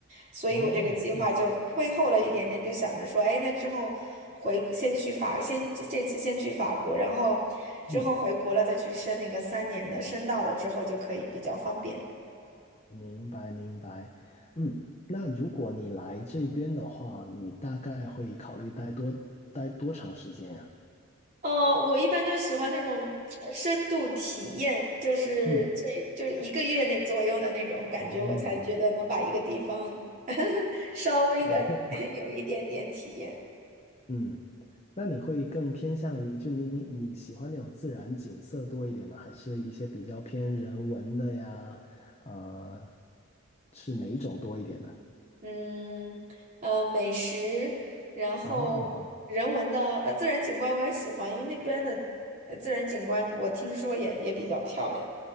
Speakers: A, on the right (about 40°); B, on the left (about 30°).
A: 所以我这个计划就推后了一点点，
B: 哦，这样子。
A: 就想着说，哎，那之后回先去法，先这这次先去法国，然后之后回国了再去申那个三年的，
B: 嗯。
A: 申到了之后就可以比较方便。
B: 明白明白，嗯，那如果你来这边的话，你大概会考虑待多待多长时间啊？
A: 呃，我一般就喜欢那种呃深度体验，就是最就是一个月内左右的那种感觉，
B: 嗯，哦，
A: 我才觉得能把一个地方 <laughs> 稍微的
B: 玩透，
A: <laughs> 有一点点体验。
B: 嗯，那你会更偏向于就你你你喜欢那种自然景色多一点呢，还是一些比较偏人文的呀？啊、是哪一种多一点呢？
A: 嗯，呃，美食，然后人文的呃自然景观我也喜欢，
B: 啊，
A: 因为那边的呃自然景观我听说也也比较漂亮。